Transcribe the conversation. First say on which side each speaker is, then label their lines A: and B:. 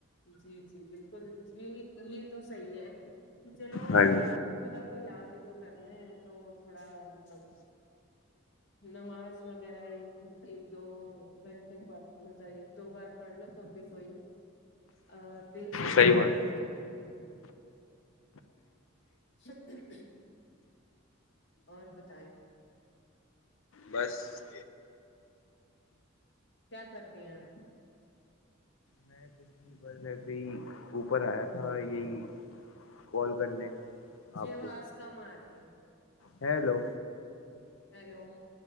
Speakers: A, on the left (about 55°); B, on the left (about 75°).
A: جی جی بالکل جی یہ تو صحیح ہے کہ چلو
B: ہاں جی
A: خدا کو یاد ہی تو کرنا ہے تو تھوڑا مطلب نماز وغیرہ ایک ایک دو گھنٹے پر مطلب ایک دو بار پڑھ لو تو بھی کوئی نہیں دل سے
B: صحیح
A: یاد
B: بات
A: کرنا چاہیے <inaudible> اور بتائیں
B: بس
A: کیا کرتے ہیں آپ
B: میں کچھ نہیں بس ایسے ہی اوپر آیا تھا یہی کال کرنے
A: جی
B: آپ کو
A: آواز کم آ رہی ہے
B: ہیلو
A: ہیلو